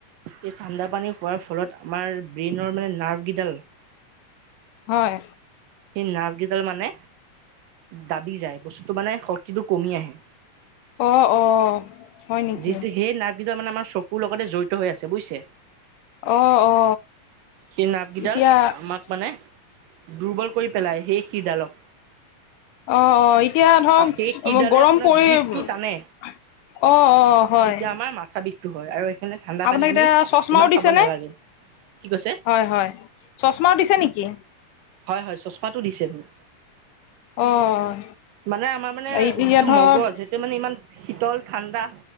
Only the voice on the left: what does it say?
হয়।
অ অ হয় নেকি
অ অ
এতিয়া
অ' অ' এতিয়া ধৰক
গৰম
পৰি
অ'
অ' হয়
আপোনাক
এতিয়া চশমাও
দিছেনে?
হয় হয় চশমাও দিছে নেকি?
অ',
এতিয়া
ধৰক